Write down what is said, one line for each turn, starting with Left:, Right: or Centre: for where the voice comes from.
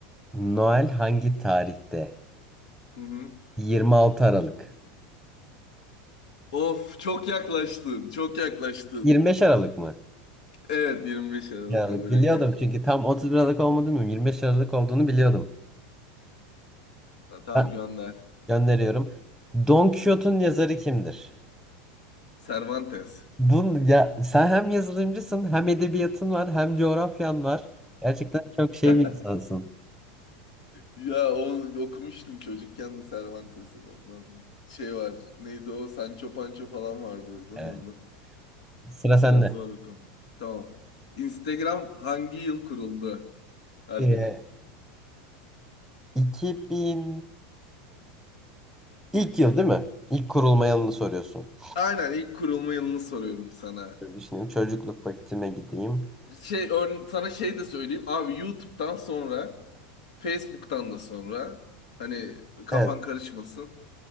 Centre: Noel hangi tarihte?
Left: Hı hı.
Centre: 26 Aralık.
Left: Of çok yaklaştın. Çok yaklaştın.
Centre: 25 Aralık mı?
Left: Evet 25 Aralık
Centre: Aralık.
Left: kabul
Centre: Biliyordum
Left: edeceğim
Centre: çünkü
Left: bunu.
Centre: tam 31 Aralık olmadığını bilmiyorum. 25 Aralık olduğunu biliyordum.
Left: Ha, tamam
Centre: Ha,
Left: gönder.
Centre: gönderiyorum. Don Quixote'un yazarı kimdir?
Left: Cervantes.
Centre: Bunu ya sen hem yazılımcısın hem edebiyatın var hem coğrafyan var. Gerçekten çok şey
Left: <laughs>
Centre: bir insansın.
Left: Ya o okumuştum çocukken de Cervantes'in ondan. Şey var. Neydi o? Sancho Pancho falan vardı değil
Centre: Evet.
Left: mi onda?
Centre: Sıra sende.
Left: Biraz var o konu. Tamam. Instagram hangi yıl kuruldu? Hadi.
Centre: Ee, 2000 ilk yıl değil mi? İlk kurulma yılını soruyorsun.
Left: Aynen ilk kurulma yılını soruyorum sana.
Centre: Dur Düşüneyim çocukluk vaktime gideyim.
Left: Şey ör- sana şey de söyleyeyim. Abi YouTube'dan sonra Facebook'tan da sonra hani kafan
Centre: Evet.
Left: karışmasın.